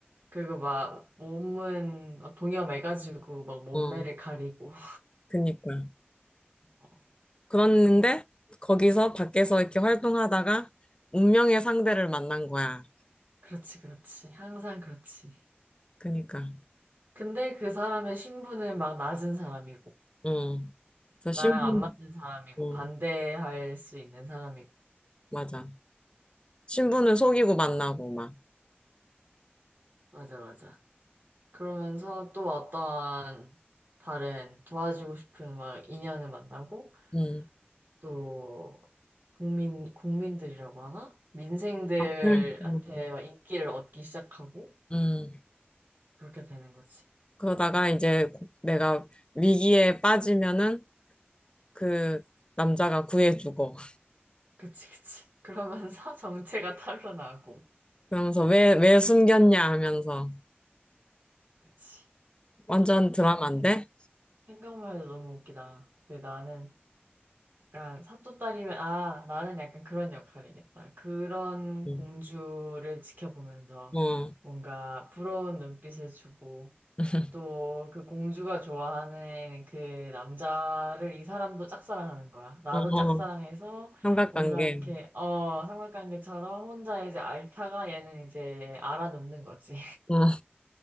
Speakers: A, on the right (about 70°); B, on the left (about 25°).
A: 그리고 막 몸은 막 동여매가지고 막 몸매를
B: 어,
A: 가리고. <laughs>
B: 그니까.
A: 어,
B: 그랬는데, 거기서 밖에서 이렇게 활동하다가, 운명의 상대를 만난 거야.
A: 그렇지, 그렇지. 항상 그렇지.
B: 그니까,
A: 근데 그 사람의 신분은 막 낮은 사람이고,
B: 응. 그래서
A: 나랑
B: 신분,
A: 안 맞는 사람이고,
B: 응,
A: 반대할 수 있는 사람이고.
B: 맞아. 신분을 속이고 만나고, 막,
A: 맞아, 맞아. 그러면서 또 어떠한 다른 도와주고 싶은 막 인연을 만나고
B: 응.
A: 또 국민 국민들이라고 하나? 민생들한테
B: 앞을, 응.
A: 막 인기를 얻기 시작하고
B: 응.
A: 그렇게 되는 거지.
B: 그러다가 이제 고- 내가 위기에 빠지면은 그 남자가 구해주고
A: 그치 그치. 그러면서 <laughs> 정체가 탄로나고
B: 그러면서 왜, 왜 숨겼냐 하면서
A: 그치.
B: 완전 드라마인데?
A: 아 생- 생각만 해도 너무 웃기다. 근데 나는 약간 사또딸이면 아 나는 약간 그런 역할이겠다. 그런
B: 응.
A: 공주를 지켜보면서
B: 어,
A: 뭔가 부러운 눈빛을 주고
B: <laughs>
A: 또 그 공주가 좋아하는 그 남자를 이 사람도 짝사랑하는 거야. 나도
B: 어, 어,
A: 짝사랑해서
B: 삼각관계.
A: 뭔가 이렇게 어 삼각관계처럼 혼자 이제 앓다가 얘는 이제 알아놓는 거지.
B: 어,